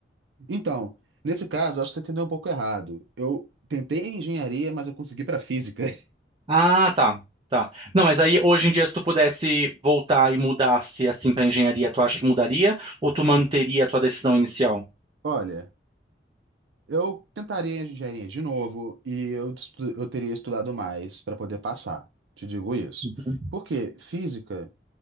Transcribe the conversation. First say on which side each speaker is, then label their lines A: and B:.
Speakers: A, on the right; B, on the right.
A: Então, nesse caso, acho que você entendeu um pouco errado. Eu tentei engenharia, mas eu consegui para física. <laughs>
B: Ah, tá. Tá. Não, mas aí hoje em dia, se tu pudesse voltar e mudasse assim para engenharia, tu acha que mudaria ou tu manteria a tua decisão inicial?
A: Olha, eu tentaria engenharia de novo e eu, estu- eu teria estudado mais para poder passar. Te digo isso.
B: Uhum.
A: Porque física